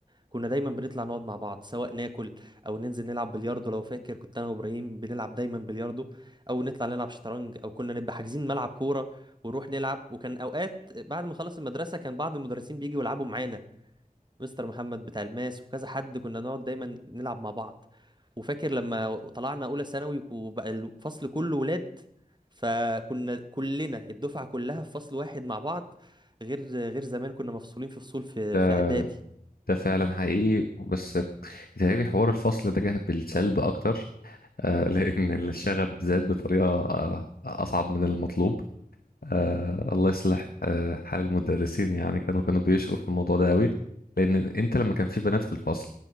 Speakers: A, on the right; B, on the left.
A: كنا دايما بنطلع نقعد مع بعض سواء ناكل او ننزل نلعب بلياردو لو فاكر كنت انا وابراهيم بنلعب دايما بلياردو او نطلع نلعب شطرنج او كنا نبقى حاجزين ملعب كوره ونروح نلعب وكان اوقات بعد ما خلص المدرسه كان بعض المدرسين بيجوا يلعبوا معانا مستر محمد بتاع الماس وكذا حد كنا نقعد دايما نلعب مع بعض وفاكر لما طلعنا اولى ثانوي وبقى الفصل كله ولاد فكنا كلنا الدفعه كلها في فصل واحد مع بعض غير غير زمان كنا مفصولين في فصول في
B: ده
A: في اعدادي
B: ده فعلا حقيقي بس بيتهيألي حوار الفصل ده جه بالسلب أكتر آه، <laughs> لأن الشغب زاد بطريقة آه، أصعب من المطلوب آه، الله يصلح آه، حال المدرسين يعني كانوا كانوا بيشقوا في الموضوع ده أوي لأن أنت لما كان في بنات في الفصل